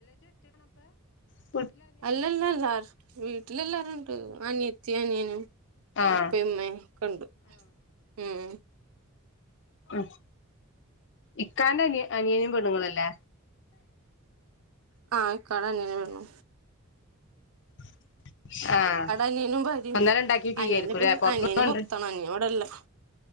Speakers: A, on the left (about 60°); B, on the right (about 80°).
A: <unintelligible> <unintelligible>
B: അല്ലല്ല വീട്ടിലെല്ലാരുണ്ട് അനിയത്തി അനിയനും
A: ആഹ്
B: ഉപ്പയും ഉമ്മയും ഒക്കെ ഉണ്ട് മ്മ്
A: ഉ ഇക്കാന്റെ അനി അനിയനും പെണുങ്ങളല്ലേ
B: ആഹ് ഇക്കാടെ അനിയൻ പെണു
A: <inaudible> ആഹ
B: അനിയനും ഭാര്യയും
A: ഇന്നലെ ഉണ്ടാക്കിയത്
B: അനിയന്
A: ഇയ് ആയിരിക്കും
B: ഇപ്പ
A: അല്ലെ പുറത്തൊന്നുംണ്ട്
B: അനിയന് പുറത്താണ് അനിയൻ ഇവിടെല്ല